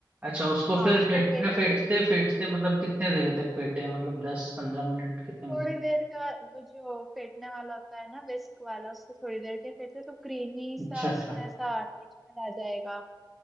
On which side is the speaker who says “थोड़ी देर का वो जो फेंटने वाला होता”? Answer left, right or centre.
Centre